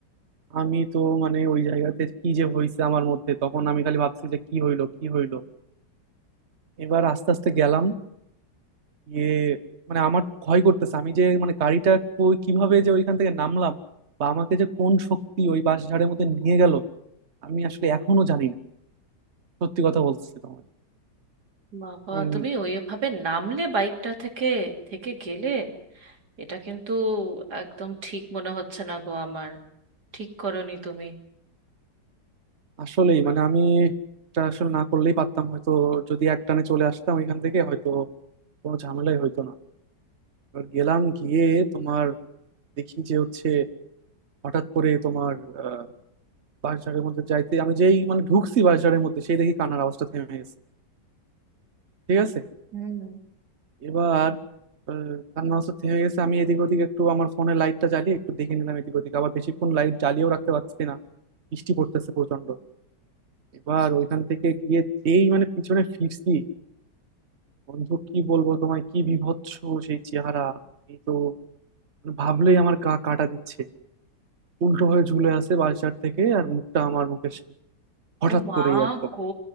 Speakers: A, on the right; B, on the right.
A: আমি তো মানে ওই জায়গাতে কি যে হয়েছে আমার মধ্যে তখন আমি খালি ভাবছি যে কি হইলো কি হইলো এবার আস্তে আস্তে গেলাম গিয়ে মানে আমার ভয় করতেছে আমি যে মানে গাড়িটা কই- কিভাবে যে ওইখান থেকে নামলাম বা আমাকে যে কোন শক্তি ওই বাঁশঝাড়ের মধ্যে নিয়ে গেল আমি আসলে এখনো জানি না সত্যি কথা বলতেছি তোমায়
B: বাবা
A: উম,
B: তুমি ওইভাবে নামলে বাইকটা থেকে থেকে গেলে এটা কিন্তু একদম ঠিক মনে হচ্ছে না গো আমার ঠিক করনি তুমি
A: আসলেই মানে আমি এটা আসলে না করলেই পারতাম হয়তো যদি একটানে চলে আসতাম এখান থেকে হয়তো কোনো ঝামেলাই হইতো না এবার গেলাম গিয়ে তোমার দেখি যে হচ্ছে হঠাৎ করে তোমার আহ, বাঁশঝাড়ের মধ্যে যাইতে আমি যেই মানে ঢুকছি বাঁশঝাড়ের মধ্যে সেই দেখি কান্নার আওয়াজটা থেমে গেছে ঠিক আছে
B: হুম
A: এবার আহ, কান্নার আওয়াজটা থেমে গেছে আমি এদিক ওদিক একটু আমার ফোনের লাইটটা জ্বালিয়ে একটু দেখে নিলাম এদিক ওদিক আবার বেশিক্ষণ লাইট জ্বালিয়েও রাখতে পারছি না বৃষ্টি পড়তেছে প্রচন্ড এবার ওইখান থেকে গিয়ে যেই মানে পিছনে ফিরছি বন্ধু কি বলবো তোমায় কি বীভৎস সেই চেহারা এই তো মানে ভাবলেই আমার গা কাটা দিচ্ছে উল্টো হয়ে ঝুলে আছে বাসঝাড় থেকে আর মুখটা আমার মুখের সামনে হঠাৎ
B: ও মা
A: করেই একদম
B: গো